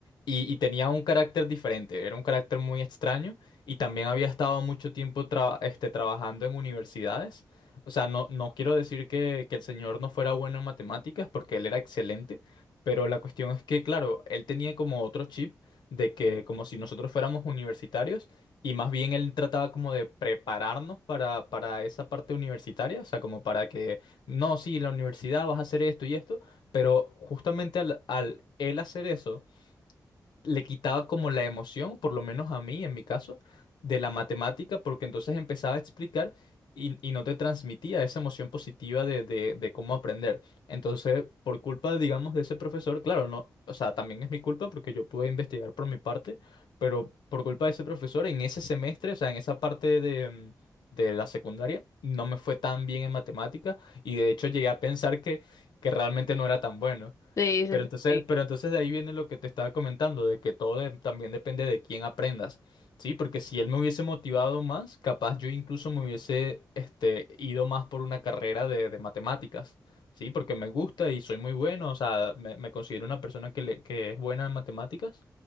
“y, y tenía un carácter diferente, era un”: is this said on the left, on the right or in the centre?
Left